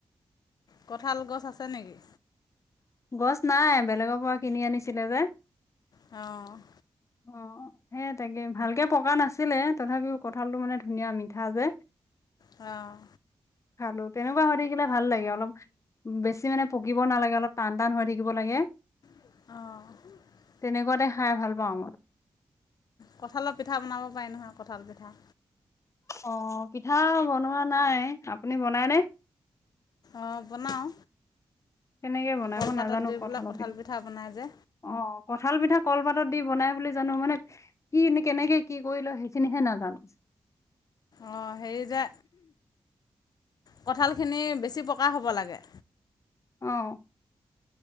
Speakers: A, on the left; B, on the left.
A: কঠাল গছ আছে নেকি?
B: গছ নাই, বেলেগৰ পৰা কিনি আনিছিলে যে।
A: অ'
B: অ' অ', সেই তাকে, ভালকে পকা নাছিলে, তথাপিও কঁঠালটো মানে ধুনীয়া মিঠা যে।
A: অ'।
B: খালোঁ তেনেকুৱা হৈ থাকিলে ভাল লাগে, অলপ বেছি মানে পকিব নালাগে অলপ টান টান হৈ থাকিব লাগে।
A: অ'।
B: তেনেকুৱাতে খাই ভাল পাওঁ মই।
A: কঁঠালৰ পিঠা বনাব পাৰি নহয়, কঁঠাল পিঠা।
B: অ' পিঠা বনোৱা নাই। আপুনি বনাইনে?
A: অ' বনাওঁ,
B: কেনেকে বনাই
A: কলপাতত
B: মই নাজানো
A: দি
B: কঁঠালৰ
A: পেলাই কঁঠাল পিঠা বনাই যে।
B: অ' কঁঠাল পিঠা কলপাতত দি বনাই বুলি জানো মানে কি এ, কেনেকে কি কৰি লয় সেইখিনিহে নাজানো।
A: অ' হেৰি যে কঁঠালখিনি বেছি পকা হ'ব লাগে।
B: অ'।